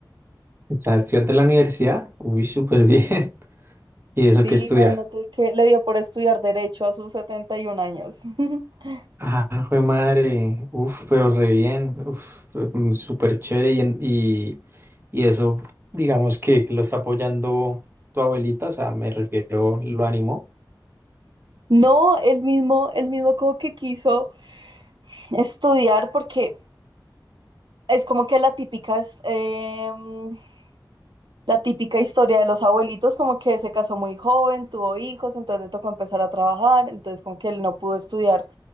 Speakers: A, on the right; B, on the right.
A: ¿Estás estudiante en la universidad? Uy, súper bien. <laughs> ¿Y
B: Sí,
A: eso qué estudia?
B: imagínate que le dio por estudiar derecho a sus 71 años. <laughs>
A: Ah, jue madre. Uf, pero re bien. Uf, mm, súper chévere. Y, en- y, y eso, digamos que que lo está apoyando tu abuelita, o sea, me refiero, lo animó.
B: No, el mismo, el mismo como que quiso estudiar porque es como que la típica es, em, la típica historia de los abuelitos, como que se casó muy joven, tuvo hijos, entonces le tocó empezar a trabajar, entonces como que él no pudo estudiar